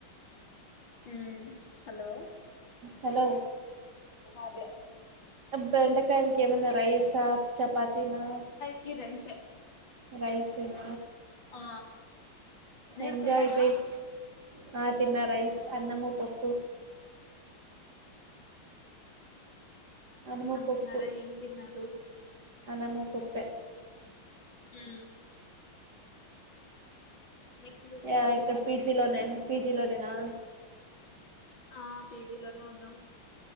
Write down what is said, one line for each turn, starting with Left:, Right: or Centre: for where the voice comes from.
Left: ఉ హలో
Right: హలో
Left: అదే
Right: బెండకాయలకి ఏమనా రైసా చపాతీనా
Left: కీ రైస
Right: రైసేన
Left: ఆ మీరు
Right: ఎంజాయ్
Left: తిన్నారా
Right: చెయ్ హ తిన్న రైస్ అన్నమూ పప్పు అనుమపప్పు
Left: మనం తిన్నారా ఏం తిన్నారు
Right: అనుముప్పప్పే
Left: ఉ ఏం చేస్తున్నారు
Right: యా ఇక్కడ పీజీలోనే పీజీ లోనేనా
Left: ఆ పేజీలోనే ఉన్నాం